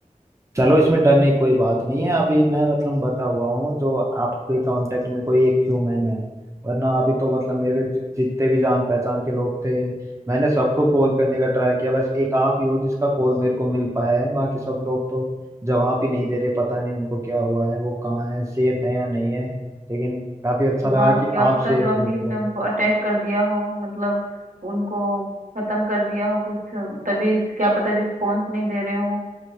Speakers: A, on the right; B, on the right.
A: चलो इसमें डरने की कोई बात नहीं है अभी मैं मतलब बता हुआ हूँ जो आपके कांटेक्ट में कोई एक ह्यूमन है वरना अभी तो मतलब मेरे जि- जितने भी जान पहचान के लोग थे मैंने सबको कॉल करने का ट्राई किया बस एक आप ही हो जिसका कॉल मेरे को मिल पाया है बाकी सब लोग तो जवाब ही नहीं दे रहे पता नहीं उनको क्या हुआ है वो कहाँ है सेफ है या नहीं है लेकिन काफी अच्छा लगा
B: हाँ
A: कि
B: क्या
A: आप
B: पता
A: सेफ
B: जॉम्बीज
A: हो तो
B: ने उनको अटैक कर दिया हो मतलब उनको खत्म कर दिया हो कुछ तभी क्या पता रिस्पांस नहीं दे रहे हो